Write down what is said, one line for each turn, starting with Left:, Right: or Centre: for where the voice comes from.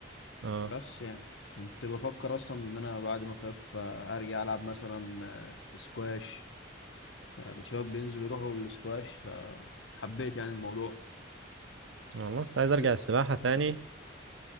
Right: اه
Left: بس يعني كنت بفكر اصلا ان انا بعد ما اخف آه، ارجع العب مثلا آه، سكواش آه، الشباب بينزلوا يروحوا السكواش فحبيت يعني الموضوع
Right: والله كنت عايز أرجع
Left: ال-
Right: السباحة تاني